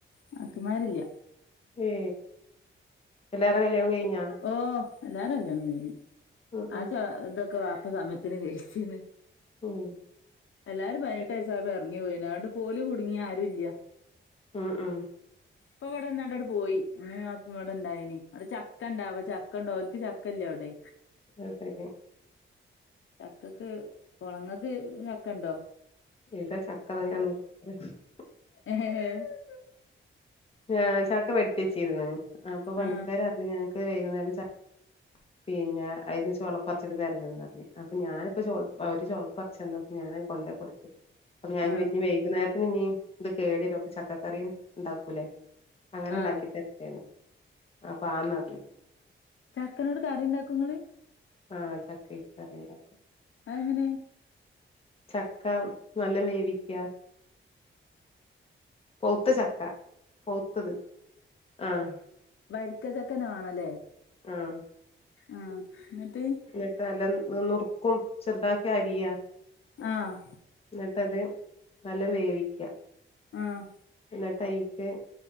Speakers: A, on the left; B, on the left.
A: നാത്തൂമരില.
B: ഏ എല്ലാരും കല്യാണം കഴിഞ്ഞാ.
A: ഓ എല്ലാരുംകല്യാണം കഴിഞ്ഞ്
B: ഉം
A: ആ
B: ഉം
A: ച ഇതൊക്കെ വപ്പ സമയത്തിന് കഴിച്ചീണ്.
B: ഉം
A: എല്ലാരും പതിനെട്ട്
B: ഉം
A: വയസ്സപ്പ ഇങ്ങിയി അതൊണ്ട് പോല് കുടുങ്ങി ആരും ഇല്ല.
B: ഉം ഉം
A: ഇപ്പ ഇവിടെ വന്ട് ആട് പോയി ഇമ്മിം വാപ്പിം ഇവിടയിന്. അവിടെ ച ചക്ക ഉണ്ട അവ ചക്കണ്ടോ അവക്ക് ചക്കല്ലേ അവിടെ.
B: അഹ് ശരി
A: ചക്കക്ക് കുള ങ്ങക്ക് ചക്ക ഉണ്ടോ?
B: ഇതാ ചക്കത ഞാൻ നോ <unintelligible>
A: ഉ ഉ് <unintelligible>
B: ഞാൻ ചട്ട വെടിത്തച്ചിരുന്ന്. അപ്പൊ
A: ആ
B: പണിക്കാര് പറിഞ്ഞ് ഞങ്ങക്ക് വൈകുന്നേരം ച പിന്നെ അതിന്ന് ചോളപ്പറച്ചിട്ട് തരണം പറഞ്ഞ് അപ്പൊ ഞാനിപ്പോ ച അവര് ചോളപ്പറച്ച് തന്നപ്പോ ഞാനൻത് കൊണ്ടോ കൊടു അപ്പൊ ഞാൻ
A: ആ
B: ചോദിച്ചങ വൈകുന്നേരത്തിന് ഇ ഇത് കേടരും അപ്പൊ ചക്കറിയും ഉണ്ടാക്കൂല്ലേ. അങ്ങനെ
A: ആ
B: ഉണ്ടാക്കി തരത്തോണ് അപ്പൊ ആന്ന്റിഞ്ഞ്.
A: ചക്കനോട് കറി ഉണ്ടാക്കെങ്ങള്.
B: ആഹ് ചക്കട്ട് കറിം ണ്ടാക്കും.
A: ആ എങ്ങനെ
B: ചക്ക നല്ല വേവിക്കുക. പൗത്ത ചക്ക പൗത്തത് ആഹ
A: വരിക്ക ചക്കനാണല്ലേ?.
B: ആഹ്
A: ആഹ എന്നിട്ട്.
B: എന്നിട്ട് നല്ല നുറുക്കും, ചെറുതാക്കി അരിയാ
A: ആഹ്
B: എന്നിട്ട് അത് നല്ല വേവിക്കുക.
A: ആഹ്
B: എന്നിട്ട് തയ്ക്ക്